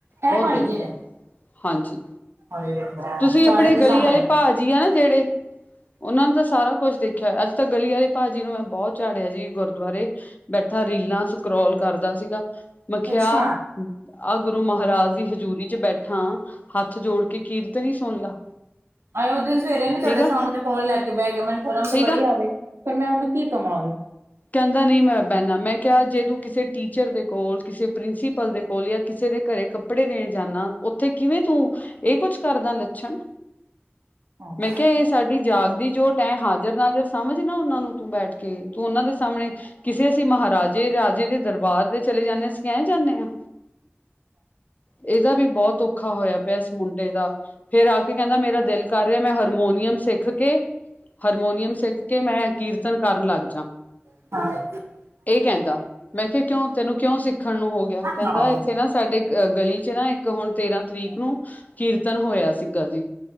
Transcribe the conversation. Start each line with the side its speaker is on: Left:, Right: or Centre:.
Left: ਬੌਤ
Right: ਇਹ ਭਾਈ
Left: ਗੰਦੀ
Right: ਜੀ ਨੇ
Left: ਗਾਲ, ਹਾਂਜੀ।
Right: ਹਾਏ ਰੱਬਾ
Left: ਤੁਸੀਂ
Right: ਸਾਰਿਆਂ
Left: ਆਪਣੇ
Right: ਦੇ
Left: ਗਲੀ
Right: ਸਾਹਮਣੇ
Left: ਆਲੇ ਭਾਅ ਜੀ ਆ ਜੇੜੇ ਓਨਾਂ ਦਾ ਸਾਰਾ ਕੁਛ ਦੇਖਿਆ ਅੱਜ ਤਾਂ ਗਲੀ ਆਲੇ ਭਾਜੀ ਨੂੰ ਬੋਤ ਝਾੜਿਆ ਜੀ ਗੁਰਦੁਆਰੇ ਬੈਠਾ ਰੀਲਾਂ ਸਕਰੋਲ ਕਰਦਾ ਸੀਗਾ, ਮੈਂਖਿਆ
Right: ਅੱਛਾ
Left: ਆ ਗੁਰੂ ਮਾਹਾਰਾਜ ਦੀ ਹਜ਼ੂਰੀ ਚ ਬੈਠਾ ਹੱਥ ਜੋੜ ਕੇ ਕੀਰਤਨ ਹੀ ਸੁਣ ਲਾ।
Right: ਆਏ ਓ ਦਿਨ ਸਵੇਰੇ ਵੀ ਤੁਆਡੇ
Left: ਠੀਕ ਆ
Right: ਸਾਹਮਣੇ ਫੋਨ ਲੈ ਕੇ ਬੈਠ ਗਿਆ। ਮੈਨੂੰ ਸ਼ਰਮ ਤੇ
Left: ਠੀਕ
Right: ਬੜੀ
Left: ਆ
Right: ਆਵੇ, ਪਰ ਮੈਂ ਓਨੂੰ ਕੀ ਕਵਾ‌ ਹੁਣ?
Left: ਕੈਂਦਾ ਨਈ ਮੈਂ ਬੈਣਾ। ਮੈਂ ਕਿਹਾ, ਜੇ ਤੂੰ ਕਿਸੇ ਟੀਚਰ ਦੇ ਕੋਲ, ਕਿਸੇ ਪ੍ਰਿੰਸੀਪਲ ਦੇ ਕੋਲ ਯਾ ਕਿਸੇ ਦੇ ਘਰੇ ਕ ਪੜੇ ਦੇਣ ਜਾਣਾ, ਓਥੇ ਕਿਵੇਂ ਤੂੰ ਇਹ ਕੁਛ ਕਰਦਾ ਲੱਛਣ?
Right: ਹਾਂ।
Left: ਮੈ ਕਿਆ ਏ ਸਾਡੀ ਜਾਗ ਦੀ ਜੋਟ ਹੈ, ਹਾਜ਼ਰ-ਨਾਜ਼ਰ ਸਮਝ ਨਾ ਓਨਾਂ ਨੂੰ ਤੂੰ ਬੈਠ। ਕੇ ਤੂੰ ਓਨਾਂ ਦੇ ਸਾਹਮਣੇ ਕਿਸੇ ਅਸੀਂ ਮਹਾਰਾਜ ਜੇ ਰਾਜੇ ਦੇ ਦਰਬਾਰ ਤੇ ਚਲੇ ਜਾਣੇ ਆ, ਅਸੀਂ ਐ ਜਾਣੇ ਆ? ਇਹਦਾ ਵੀ ਬਹੁਤ ਔਖਾ ਹੋਇਆ ਪਿਆ ਇਸ ਮੁੰਡੇ ਦਾ ਫੇਰ ਆ ਕੇ ਕਹਿੰਦਾ ਮੇਰਾ ਦਿਲ ਕਰ ਰਿਹਾ ਮੈਂ ਹਰਮੋਨੀਅਮ ਸਿੱਖ ਕੇ ਹਰਮੋਨੀਅਮ ਸਿੱਖ ਕੇ ਮੈਂ ਕੀਰਤਨ ਕਰਨ ਲੱਗ ਜਾ।
Right: <inaudible>
Left: ਇਹ ਕਹਿੰਦਾ ਮੈਂ ਕਿਹਾ ਕਿਉਂ ਤੈਨੂੰ ਕਿਉਂ ਸਿੱਖਣ ਨੂੰ ਹੋ ਗਿਆ ਕਹਿੰਦਾ
Right: ਹਾਂ
Left: ਇੱਥੇ ਨਾ ਸਾਡੇ ਅਹ ਗਲੀ ਚ ਨਾ ਇੱਕ ਹੁਣ ਤੇਰਾਂ ਤਰੀਕ ਨੂੰ ਕੀਰਤਨ ਹੋਇਆ ਸੀਗਾ ਜੀ।